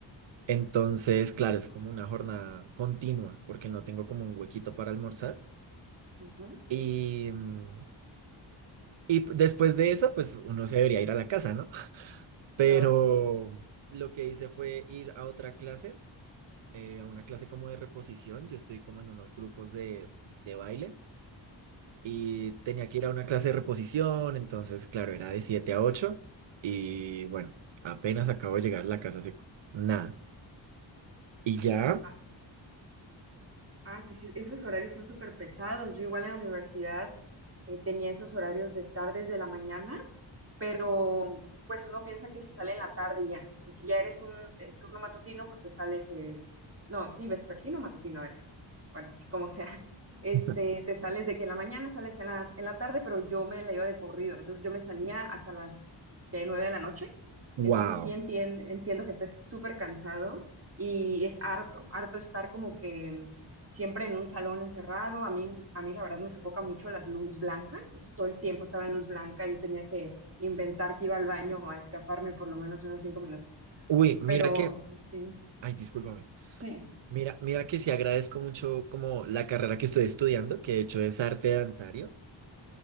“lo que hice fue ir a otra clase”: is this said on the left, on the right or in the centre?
Right